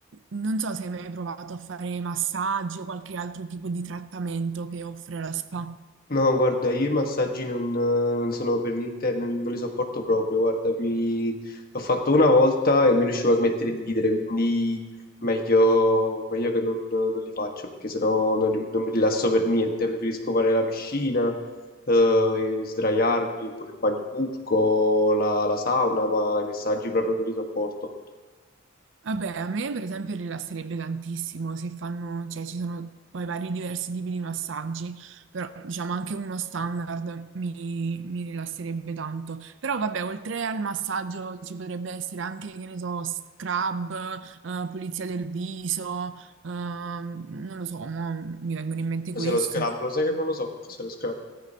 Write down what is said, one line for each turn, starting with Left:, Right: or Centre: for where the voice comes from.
Right: non so se hai mai provato a fare massaggi o qualche altro tipo di trattamento che offre la spa.
Left: No, guarda, io i massaggi non, non sono per niente, non, non li sopporto proprio. Guarda, mi... l'ho fatto una volta e non riuscivo a smettere di ridere, quindi meglio, meglio che non, non li faccio perché sennò non, non mi rilasso per niente. Preferisco fare la piscina, eh, e sdraiarmi, pure il bagno turco, la, la sauna, ma i massaggi proprio non li sopporto.
Right: Vabbè, a me per esempio rilasserebbe tantissimo se fanno, cioè ci sono poi vari diversi tipi di massaggi, però diciamo anche uno standard mi, mi rilasserebbe tanto. Però vabbè, oltre al massaggio ci potrebbe essere anche, che ne so, scrub, eh, pulizia del viso, ehm, non lo so, mo mi vengono in mente
Left: Cos'è
Right: questi.
Left: lo scrub? Lo sai che non lo so. Cos'è lo scrub?